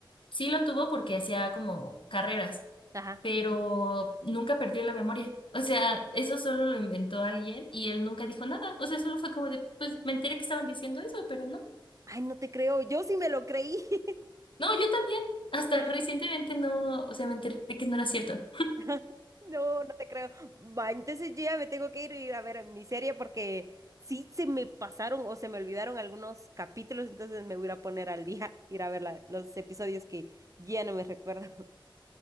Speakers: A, on the left; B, on the right.
A: Sí lo tuvo porque hacía como carreras,
B: Ajá.
A: pero nunca perdió la memoria. O sea, eso solo lo inventó alguien y él nunca dijo nada. O sea, solo fue como de, pues me enteré que estaban diciendo eso, pero no.
B: Ay, no te creo. Yo sí me lo creí. <laughs>
A: No, yo también. Hasta
B: Ah,
A: recientemente no, o sea, me enteré que no era cierto.
B: <laughs> No, no te creo. Va, entonces yo ya me tengo que ir, ir a ver mi serie porque sí se me pasaron o se me olvidaron algunos capítulos, entonces me voy a ir a poner al día, <laughs> ir a ver la- los episodios que ya no me recuerdo.